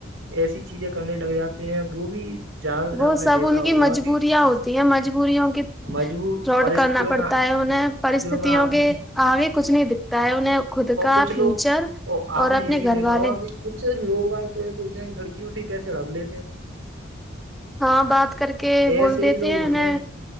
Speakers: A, on the right; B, in the centre.
A: ایسی چیزیں کرنے لگ جاتے ہیں وہ بھی زیادہ تر
B: وہ
A: آپ
B: سب
A: نے دیکھا
B: ان
A: ہوگا
B: کی مجبوریاں
A: کہ
B: ہوتی ہیں مجبوریوں کی
A: مجبور
B: روڈ
A: پرستتوں
B: کرنا پڑتا
A: میں
B: ہے پرستتوں
A: میں آدمی
B: کے آگے کچھ نہیں دکھتا ہے انہیں خود
A: اور
B: کا
A: کچھ لوگ
B: فیوچر
A: اور آپ
B: اور
A: نے
B: اپنے
A: یہ بھی
B: گھر
A: دیکھا
B: والے
A: ہوا کہ کچھ لوگ باگ تو ایسے ہوتے ہیں لڑکیوں سے ہی پیسے ہڑپ لیتے ہیں
B: ہاں بات کر کے
A: ایسے
B: بول دیتے
A: ہی لوگ
B: ہیں
A: ہوتے
B: میں